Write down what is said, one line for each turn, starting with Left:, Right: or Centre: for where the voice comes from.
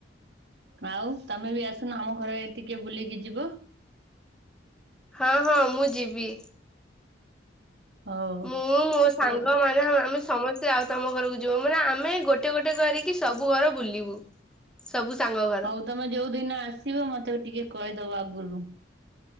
Right: ଆଉ ତମେ ବି ଆସୁନ ଆମ ଘରେ ଆଡେ ଟିକେ ବୁଲିକି ଯିବ?
Centre: ହଁ ହଁ ମୁଁ ଯିବି।
Right: ହଉ
Centre: ମୁଁ ସାଙ୍ଗ
Right: କୋ
Centre: ମା ଆମେ ସମସ୍ତେ ଆଉ ତମ ଘରକୁ ଯିବୁ ମାନେ ଆମେ ଗୋଟେ ଗୋଟେ କରିକି ସବୁ ଘର ବୁଲିବୁ? ସବୁ ସାଙ୍ଗ ଘର।
Right: ହଉ ତମେ ଯୋଉ ଦିନ ଆସିବ ମତେ ଟିକେ କହିଦବ ଆଗରୁ?